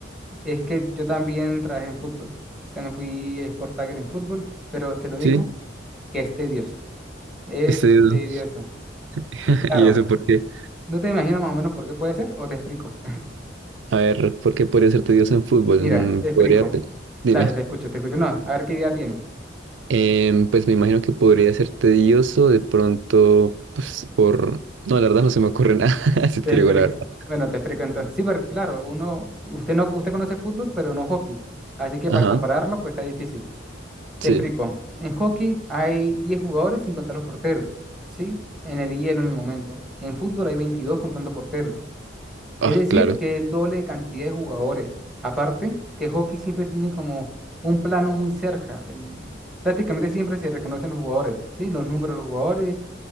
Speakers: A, in the centre; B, on the right.
A: es que yo también trabajé en fútbol. Pues, También fui sport tagger en fútbol, pero te lo digo
B: sí,
A: que es tedioso. Es
B: es tedioso.
A: tedioso.
B: <laughs>
A: Sí, claro.
B: ¿Y eso por qué?
A: ¿No te imaginas más o menos por qué puede ser? ¿O te explico?
B: A ver, ¿por qué podría ser tedioso en
A: <laughs>
B: fútbol?
A: Mira,
B: Mm,
A: te explico.
B: Podría, pe- dime.
A: Dale, te escucho, te escucho. No, a ver qué idea tienes.
B: Em, pues me imagino que podría ser tedioso de pronto, pues por... No, la verdad no se me ocurre nada, <laughs> si
A: Te
B: te
A: explico.
B: digo la verdad.
A: Bueno, te explico entonces. Sí, porque claro, uno, usted no, usted conoce fútbol, pero no hockey. Así que
B: Ajá,
A: para compararlo, pues está difícil. Te
B: sí.
A: explico. En hockey hay 10 jugadores sin contar los porteros, ¿sí? En el hielo en el momento. En fútbol hay 22 contando porteros.
B: Ah,
A: Es decir,
B: claro,
A: que el doble de cantidad de jugadores. Aparte, que hockey siempre tiene como un plano muy cerca. el- prácticamente siempre se reconocen los jugadores, ¿sí? Los números de los jugadores